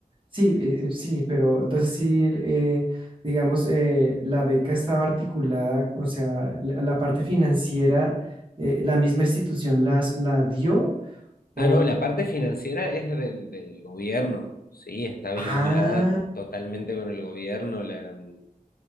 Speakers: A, on the right; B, on the left.
A: Sí, eh, eh, sí, pero entonces sí, eh, digamos, eh, la beca estaba articulada, o sea, la, la parte financiera, eh, la misma institución las, la dio, o,
B: Ah, no, la parte financiera es del, del gobierno, sí, está vinculada
A: ah,
B: totalmente con el gobierno, la, mm,